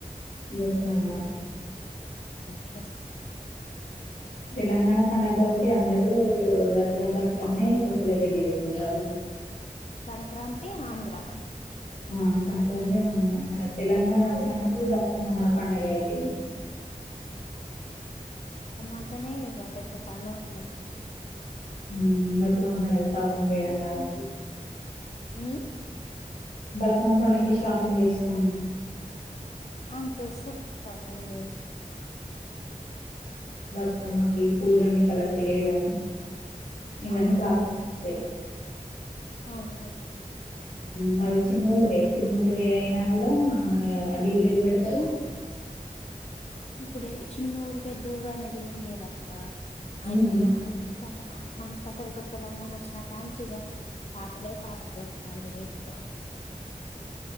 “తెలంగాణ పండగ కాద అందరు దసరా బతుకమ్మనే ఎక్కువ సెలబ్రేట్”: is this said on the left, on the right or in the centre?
Left